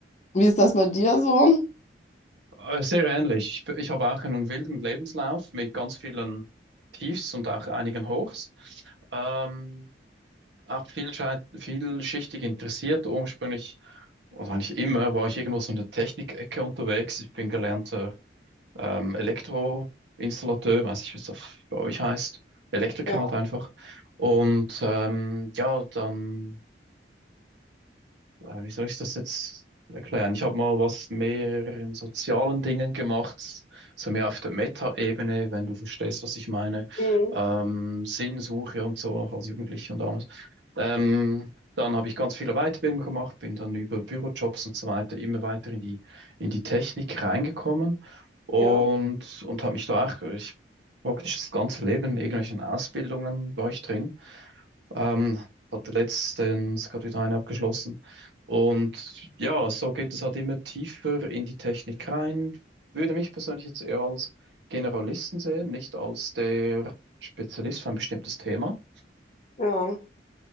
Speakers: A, on the left (about 40°); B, on the right (about 75°).
A: wie ist das bei dir so?
B: Äh, Sehr ähnlich. Ich, b- ich habe auch einen wilden Lebenslauf mit ganz vielen Tiefs und auch einigen Hochs. Ähm, auch vielschei- vielschichtig interessiert. Ursprünglich, oder eigentlich immer, war ich irgendwo so in der Technikecke unterwegs. Ich bin gelernter ähm, Elektroinstallateur, weiß ich, wie es das bei euch heißt. Elektriker
A: Ja.
B: halt einfach. Und ähm, ja, dann. Äh, wie soll ich das jetzt erklären? Ich habe mal was mehr in sozialen Dingen gemacht, so mehr auf der Meta-Ebene, wenn du verstehst, was ich meine.
A: Mhm.
B: Ähm, Sinnsuche und so, noch als Jugendlicher und alles. Ähm, dann habe ich ganz viele Weiterbildungen gemacht, bin dann über Bürojobs und so weiter immer weiter in die, in die Technik reingekommen und,
A: Ja,
B: und habe mich da auch, ich, praktisch das ganze Leben in irgendwelchen Ausbildungen war ich drin. Ähm, hatte letztens gerade wieder eine abgeschlossen. Und ja, so geht es halt immer tiefer in die Technik rein. Würde mich persönlich jetzt eher als Generalisten sehen, nicht als der Spezialist für ein bestimmtes Thema.
A: ja.